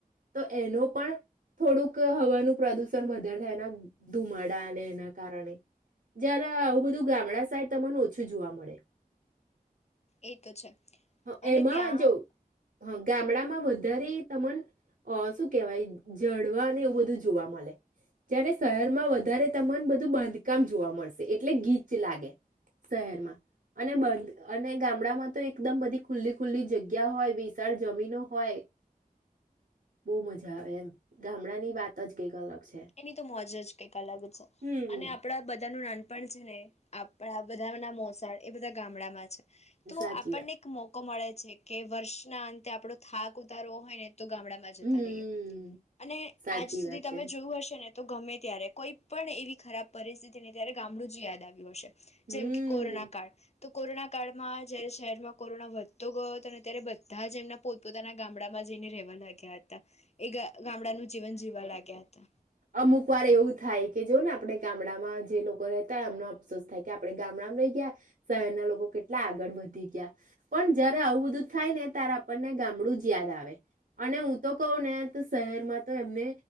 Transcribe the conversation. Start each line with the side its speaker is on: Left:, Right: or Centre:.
Right: તો એનો પણ થોડુંક હવાનું પ્રદુષણ વધારે થાય એના ધુમાડા અને એના કારણે જયારે આવું બધું ગામડા સાઈડ તમને ઓછું જોવા મળે.
Left: એ તો છે
Right: હ,
Left: અને
Right: એમાં
Left: ત્યાં
Right: જો હ ગામડામાં બ ધારે તમન અહ શું કેવાય જળવા ને એવું બધું જોવા મળે. જ્યારે શહેરમાં વધારે તમન બધું બાંધકામ જોવા મળશે એટલે ગીચ લાગે શહેરમાં અને બંધ અને ગામડામાં તો એકદમ બધી ખુલ્લી ખુલ્લી જગ્યા હોય વિશાળ જમીનો હોય બહું મજા આવે એમ. ગામડા ની વાત જ કઈ અલગ છે
Left: એની તો મોજ જ કંઈક અલગ અ છે.
Right: હમ
Left: અને આપડા બ બધા નું નાનપણ છે ને આપણા બધાના મોસાળ એ બધા ગામડામાં છે. તો
Right: સાચી
Left: આપણને
Right: વાત
Left: એક મો લોકો મળે છે <unintelligible> વર્ષના અંતે આપડો થાક ઉતારવો હોય ને તો ગામડામાં જતા
Right: હમ્મ,
Left: રહીએ અને
Right: સાચી
Left: આજ સુધી
Right: વાત
Left: તમે
Right: છે.
Left: હશે ને તો ગમે ત્યારે કોઈ પણ એવી ખરાબ પરિસ્થિતિ ને ત્યારે ગામડું જ યાદ આવ્યું હશે
Right: હમ્મ,
Left: જેમ કે કોરોના કાળ તો કોરોના કાળમાં જયારે શહેરમાં કોરોના વધતો ગયો હતો અને ત્યારે બધા જ એમના પોતપોતાના ગામડામાં જઈને રહેવા લાગ્યા તા એ ગામડાનું જીવન જીવવા લાગ્યા હ
Right: અમુકો વાર એવું થાય કે જો ને આપડે ગામડામાં જે લોકો રહેતા હૈ એમનો અફસોસ થાય કે આપણે ગામડામાં રહી ગયા શહેરના લોકો કેટલા આગળ વધી ગયા. પણ જયારે આવું બધું થાય ને ત્યારે આપણને ગામડું જ યાદ આવે. અને હું તો કહું ને તો શહેરમાં તો એમને